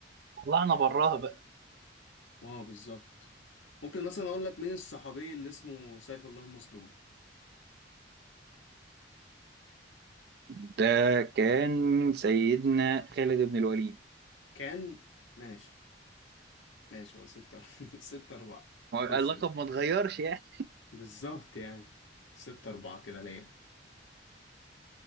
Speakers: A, on the right; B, on the left.
A: طلعنا براها بقى
B: اه بالظبط ممكن مثلا اقول لك مين الصحابي اللي اسمه سيف الله المسلول
A: ده كان سيدنا خالد بن الوليد
B: كان ماشي ماشي هو ستة <laughs> ستة أربعة
A: هو
B: خش
A: اللقب
B: انت
A: ما اتغيرش يعني
B: بالظبط يعني ستة أربعة كده ليا